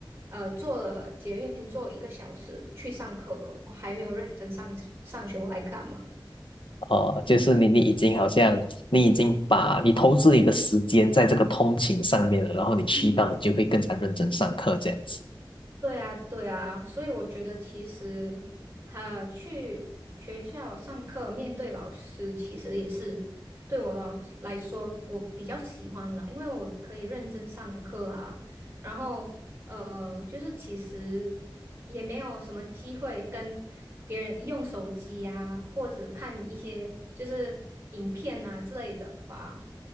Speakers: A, on the right; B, on the left.
A: 呃坐了捷运坐一个小时去上课了，我还没有认真上上学，我来干嘛？
B: 哦，就是你你已经好像你已经把你投资你的时间在这个通勤上面了，然后你去到你就会更加认真上课这样子。
A: 嗯。对啊，对啊，所以我觉得其实，呃，去学校上课面对老师，其实也是对我老来说，我比较喜欢啦，因为我可以认真上课啊，然后呃，就是其实也没有什么机会跟别人用手机啊，或者看一些就是影片啊之类的吧，